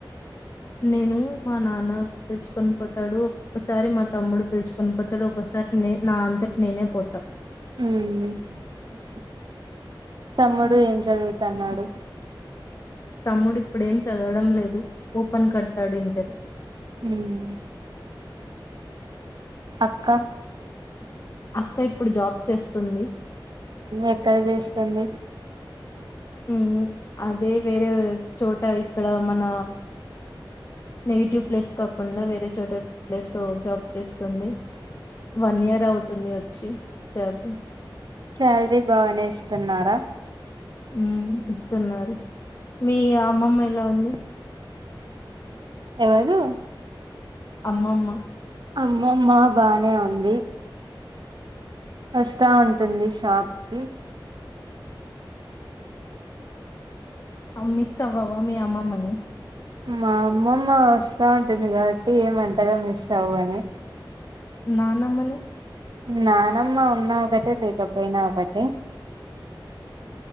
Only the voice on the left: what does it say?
నేను మా నాన్న పిలుచుకొని పోతాడు ఒక్కొక్కసారి మా తమ్ముడు పిలుచుకొని పోతాడు ఒక్కసారి నే నా అంతట నేనే పోతా
తమ్ముడిప్పుడేం చదవడం లేదు ఓపెన్ కడతాడు ఇంటరు
అక్క ఇప్పుడు జాబ్ చేస్తుంది
ఉమ్ అదే వేరే చోట ఇక్కడ మన నెగిటివ్ ప్లేస్ కాకుండా వేరే చోట ప్లేస్ లో జాబ్ చేస్తుంది వన్ ఇయర్ అవుతుంది చ్చి జాబ్
ఉమ్ ఇస్తున్నారు మీ అమ్మమ్మ ఎలా ఉంది
అమ్మమ్మా
అ మ్మిస్సవ్వవా మీ అమ్మమ్మనీ
నానమ్మని